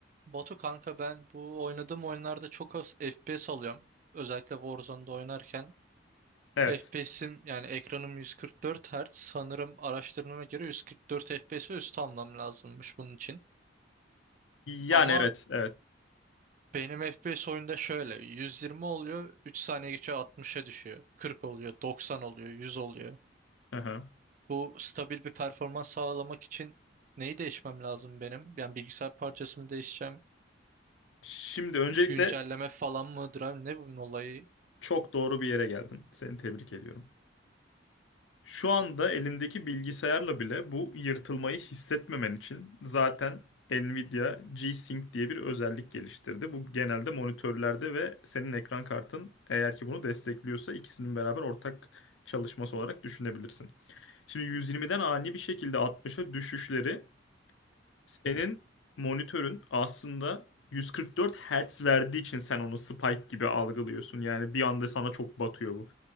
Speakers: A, on the right; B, on the left.
A: Batu kanka ben bu oynadığım oyunlarda çok az FPS alıyorum. Özellikle Warzone'da oynarken.
B: Evet.
A: FPS'im yani ekranım 144 Hz. Sanırım araştırmama göre 144 FPS ve üstü almam lazımmış bunun için.
B: Yani
A: Ama
B: evet, evet.
A: benim FPS oyunda şöyle 120 oluyor 3 saniye geçiyor 60'a düşüyor. 40 oluyor 90 oluyor 100 oluyor.
B: Hı
A: Bu stabil bir performans sağlamak için neyi değişmem lazım benim? Yani bilgisayar parçası mı değişeceğim?
B: Şimdi öncelikle
A: Güncelleme falan mıdır? abi? Ne bunun olayı?
B: çok doğru bir yere geldin. Seni tebrik ediyorum. Şu anda elindeki bilgisayarla bile bu yırtılmayı hissetmemen için zaten Nvidia G-Sync diye bir özellik geliştirdi. Bu genelde monitörlerde ve senin ekran kartın eğer ki bunu destekliyorsa ikisinin beraber ortak çalışması olarak düşünebilirsin. Şimdi 120'den ani bir şekilde 60'a düşüşleri Senin monitörün aslında 144 Hz verdiği için sen onu spike gibi algılıyorsun. Yani bir anda sana çok batıyor bu.